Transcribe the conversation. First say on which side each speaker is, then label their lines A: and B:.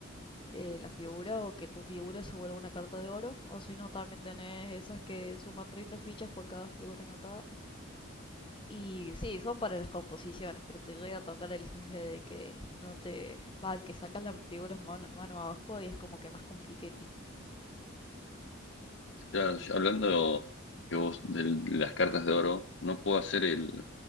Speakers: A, on the left (about 25°); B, on the left (about 60°).
A: eh, la figura o que tu figura se vuelva una carta de oro. O si no, también tenés esas que suman 30 fichas por cada figura anotada. Y sí, son para las composiciones, pero te llega a tocar el jefe de que no te va, que sacas las figuras mano, mano abajo y es como que más compliquete.
B: Ya, ya hablando que vos de las cartas de oro, no puedo hacer el